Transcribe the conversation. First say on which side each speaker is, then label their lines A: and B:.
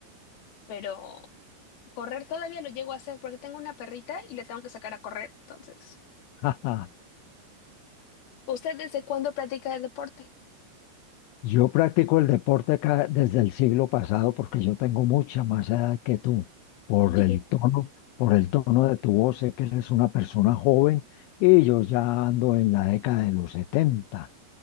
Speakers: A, on the left; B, on the left.
A: pero Correr todavía lo llego a hacer porque tengo una perrita y le tengo que sacar a correr. Entonces,
B: Jaja.
A: ¿usted desde cuándo practica el deporte?
B: Yo practico el deporte ca- desde el siglo pasado porque yo tengo mucha más edad que tú. Por
A: <laughs>
B: el tono, por el tono de tu voz, sé que eres una persona joven y yo ya ando en la década de los setenta